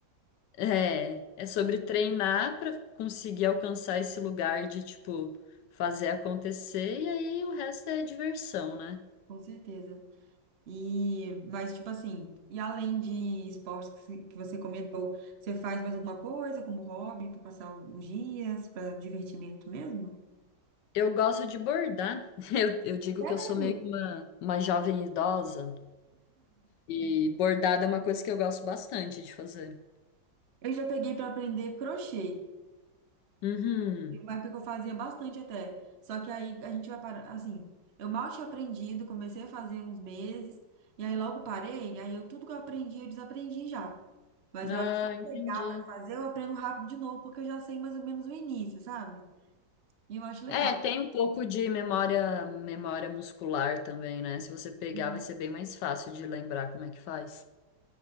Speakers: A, on the left; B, on the right.
A: é, é sobre treinar para conseguir alcançar esse lugar de tipo fazer acontecer e aí o resto é diversão, né?
B: com certeza. E, mas, tipo assim, e além de esportes que se- que você comentou, você faz mais alguma coisa como hobby para passar alguns dias, para divertimento mesmo?
A: Eu gosto de bordar. <laughs> Eu, eu digo
B: Sério?
A: que eu sou meio que uma, uma jovem idosa. E bordado é uma coisa que eu gosto bastante de fazer.
B: Eu já peguei para aprender crochê.
A: Uhum.
B: Teve Uma época que eu fazia bastante até. Só que aí a gente vai para assim, eu mal tinha aprendido, comecei a fazer uns meses, e aí logo parei, aí eu tudo que eu aprendi, eu desaprendi já. Mas
A: Ah,
B: eu acho que se eu
A: entendi.
B: pegar para fazer, eu aprendo rápido de novo, porque eu já sei mais ou menos o início, sabe? E eu acho legal.
A: É, tem um pouco de memória, memória muscular também, né? Se você pegar,
B: Hum,
A: vai ser bem mais fácil de lembrar como é que faz.